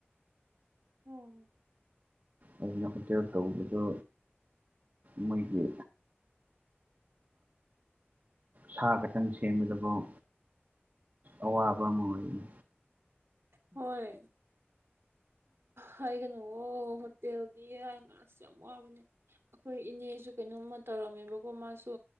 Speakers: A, on the right; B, on the right.
A: ꯑꯣ
B: ꯑꯗꯨꯅ ꯍꯣꯇꯦꯜ ꯇꯧꯕꯗ ꯃꯣꯏꯒꯤ ꯁꯥ ꯈꯛꯇꯪ ꯁꯦꯝꯕꯗꯕꯧ ꯑꯋꯥꯕ ꯑꯃ ꯑꯣꯏꯌꯦ
A: ꯍꯣꯏ ꯍꯥꯏꯒꯅꯨ ꯑꯣ ꯍꯣꯇꯦꯜꯗꯤ ꯋꯥꯁꯨ ꯌꯥꯝ ꯋꯥꯕꯅꯦ ꯑꯩꯈꯣꯏ ꯏꯅꯦꯁꯨ ꯀꯩꯅꯣꯝꯃ ꯇꯧꯔꯝꯃꯦꯕꯀꯣ ꯃꯥꯁꯨ